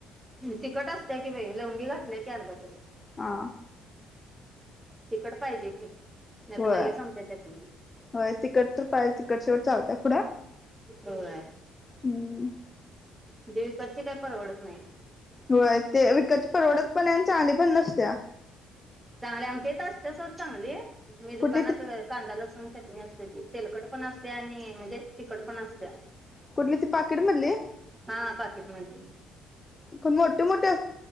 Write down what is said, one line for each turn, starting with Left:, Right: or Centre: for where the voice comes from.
Right: तिकखट असते्या कि बाई लवंगी घातल्या की अर्धा किलो.
Left: हा
Right: तिखडट पाहिजे की नाही
Left: हो
Right: तर लगेच संपत्या चटणी
Left: होय तिकट तर पाहिे तिकट शेवट चालत पुढे
Right: होय
Left: हम्म
Right: ती वीकतची काही परवडत नाही
Left: होय ते विकतची परवडत पण आहे चांगली पण नसतीया.
Right: चांगले आमच्या येत असते सोड चांगली. मी दुकानात
Left: कुठली ती
Right: कांदा लसून चटणी असत्या ती तिखट पण असत्या आणि तेलकट पण असत्या.
Left: कुठली ती पाकिट मधली.
Right: हा पाकिट मधली
Left: का मोठे मोठे-